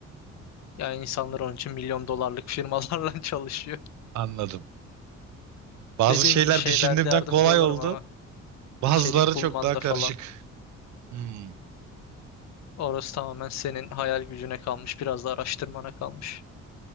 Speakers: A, on the left; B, on the right.
A: Yani insanlar onun için milyon dolarlık firmalarla <laughs> çalışıyor.
B: Anladım. Bazı
A: Dediğim
B: şeyler
A: gibi şeylerde
B: düşündüğümden
A: yardımcı
B: kolay
A: olurum
B: oldu.
A: ama
B: Bazıları
A: içerik bulmanda
B: çok daha karışık.
A: falan.
B: Hmm.
A: Orası tamamen senin hayal gücüne kalmış, biraz da araştırmana kalmış.